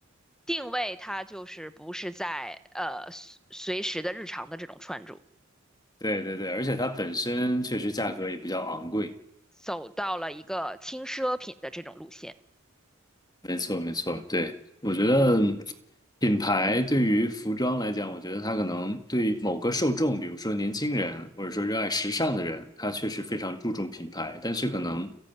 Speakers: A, in the centre; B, on the left.
A: 定位，它就是不是在呃随随时的日常的这种穿着。
B: <laughs> 对对对，而且它本身确实价格也比较昂贵。
A: 走到了一个轻奢品的这种路线。
B: 没错，没错，对，我觉得品牌对于服装来讲，我觉得它可能对某个受众，比如说年轻人，或者说热爱时尚的人，他确实非常注重品牌。但是可能，